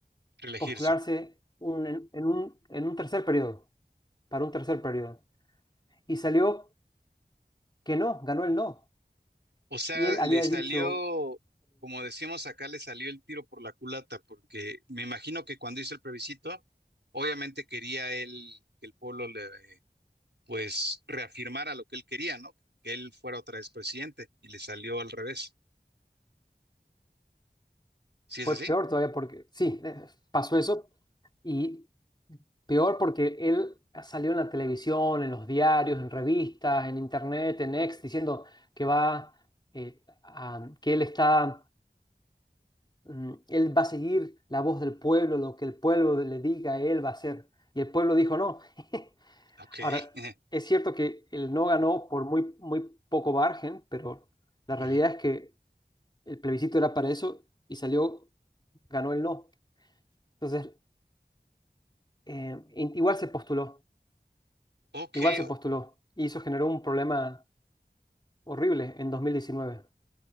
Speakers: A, on the right; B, on the left.
A: reelegirse.
B: postularse un- en, en un, en un tercer periodo, para un tercer periodo. Y salió que no, ganó el no.
A: O sea,
B: Y él había
A: le salió,
B: dicho,
A: como decíamos acá, le salió el tiro por la culata, porque me imagino que cuando hizo el plebiscito, obviamente quería él que el pueblo le, eh, pues, reafirmara lo que él quería, ¿no? Que él fuera otra vez presidente, y le salió al revés. ¿Sí es
B: fue
A: así?
B: peor todavía porque, sí, eh, pasó eso, y peor porque él salió en la televisión, en los diarios, en revistas, en internet, en X, diciendo que va, eh, a- que él está mm, él va a seguir la voz del pueblo, lo que el pueblo le diga, él va a hacer. Y el pueblo dijo no. <laughs>
A: Ok.
B: Ahora,
A: <laughs>
B: es cierto que él no ganó por muy, muy poco margen, pero la realidad
A: Ujú.
B: es que el plebiscito era para eso y salió, ganó el no. Entonces, eh, in- igual se postuló,
A: Ok,
B: igual se
A: o-
B: postuló. Y eso generó un problema horrible en 2019.